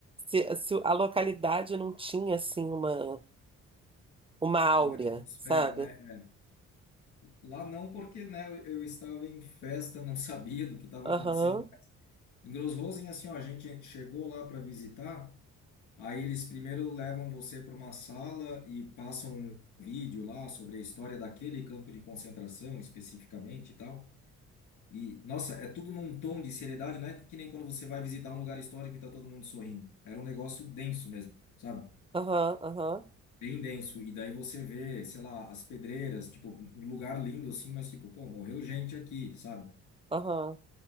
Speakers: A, on the right (about 20°); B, on the left (about 85°).
A: se, se a localidade não tinha assim uma uma áurea,
B: Uma atmosfera,
A: sabe?
B: né? É. Lá não, porque né, eu eu estava em festa, não sabia do que estava
A: Aham,
B: acontecendo. Em Grossrosen, assim, ó, a gente chegou lá para visitar, aí eles primeiro levam você para uma sala e passam um vídeo lá sobre a história daquele campo de concentração especificamente e tal. E, nossa, é tudo num tom de seriedade, não é que nem quando você vai visitar um lugar histórico e tá todo mundo sorrindo. Era um negócio denso mesmo, sabe?
A: aham, aham,
B: Bem denso. E daí você vê, sei lá, as pedreiras, tipo, um lugar lindo assim, mas tipo, pô, morreu gente aqui, sabe?
A: aham.